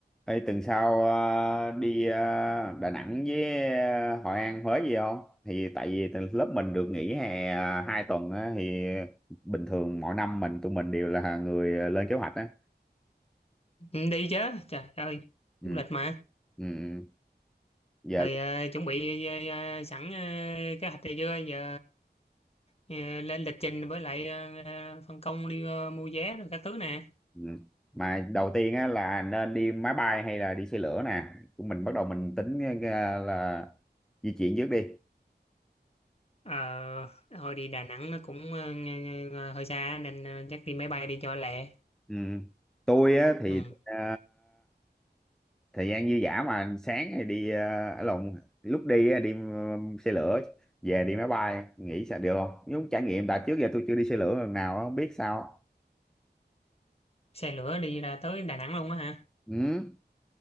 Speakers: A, in the centre; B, on the left.
A: Ê, tuần sau ờ, đi ờ, Đà Nẵng với ờ, Hội An Huế gì không? Thì tại vì từ lớp mình được nghỉ hè ờ, hai tuần á, thì bình thường mỗi năm mình tụi mình đều là người ờ, lên kế hoạch á.
B: Ừ, đi chứ trời ơi
A: Ừ,
B: du lịch mà
A: ừ, ừ. giờ
B: rồi ờ, chuẩn bị ờ, ờ, sẵn ờ, kế hoạch này chưa giờ ờ, ờ, lên lịch trình với lại ờ, ờ, phân công đi ờ, mua vé rồi các thứ nè
A: ừ. mà đầu tiên á là nên đi máy bay hay là đi xe lửa nè. Của Mình bắt đầu mình tính ờ, là di chuyển trước đi.
B: ờ hồi đi Đà Nẵng nó cũng ờ, ng- ng- hơi xa nên ờ, chắc đi máy bay đi cho lẹ
A: Ừ. Tôi á thì
B: ừ.
A: ờ, thời gian dư dả mà sáng thì đi uh, lộn lúc đi á, đi ờ, xe lửa về đi máy bay nghĩ sao được không giống trải nghiệm tại trước giờ tôi chưa đi xe lửa lần nào á, không biết sao
B: xe lửa đi ra tới Đà Nẵng luôn á hả
A: ừ